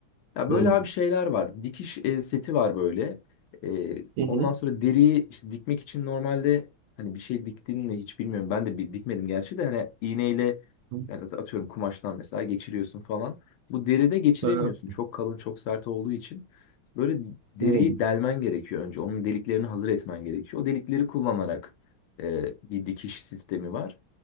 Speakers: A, on the left; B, on the right.
A: Ya böyle
B: Hı
A: abi şeyler var. Dikiş e, seti var böyle. E,
B: hı.
A: ondan sonra deriyi işte dikmek için normalde hani bir şey diktin mi hiç bilmiyorum. Ben de bir dikmedim gerçi de hani iğneyle
B: Hı.
A: yani at- atıyorum kumaştan mesela geçiriyorsun falan. Bu deride geçiremiyorsun.
B: Aha.
A: Çok kalın, çok sert olduğu için. Böyle deriyi
B: Hı.
A: delmen gerekiyor önce. Onun deliklerini hazır etmen gerekiyor. O delikleri kullanarak e, bir dikiş sistemi var